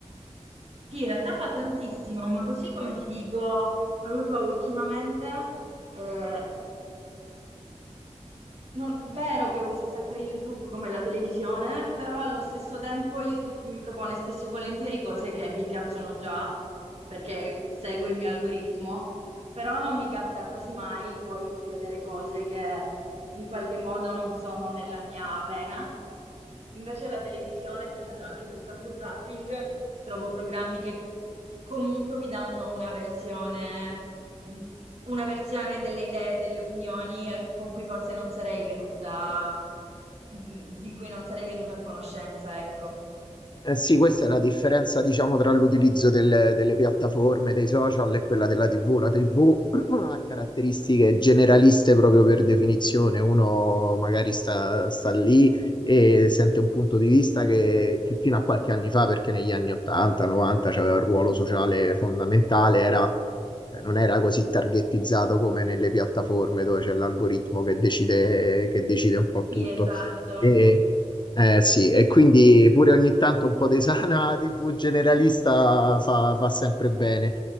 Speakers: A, on the right (about 60°); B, on the left (about 40°).
A: Sì, in realtà fa tantissimo, ma così come ti dico, non lo so, ultimamente eh, non- vero che uso sempre YouTube come la televisione, però allo stesso tempo YouTube mi propone spesso e volentieri cose che mi piacciono già, perché segue il mio algoritmo, però non mi capita quasi mai poi di vedere cose che in qualche modo non sono nella mia vena. Invece la televisione, facendo anche soltanto zapping, trovo programmi che comunque mi danno una versione, una versione delle idee, delle opinioni eh, con cui forse non sarei venuta, di cui non sarei venuta a conoscenza, ecco.
B: Eh sì, questa è la differenza, diciamo, tra l'utilizzo delle, delle piattaforme, dei social e quella della TV. La TV <clears throat> ha caratteristiche generaliste proprio per definizione. Uno magari sta, sta lì e sente un punto di vista che, che fino a qualche anni fa, perché negli anni 80, 90 c'aveva un ruolo sociale fondamentale, era cioè, non era così targettizzato come nelle piattaforme dove c'è l'algoritmo che decide, che decide un po'
A: Sì,
B: tutto.
A: esatto,
B: E, eh, sì, e quindi pure ogni tanto un po' di sana <laughs> TV generalista fa, fa sempre bene,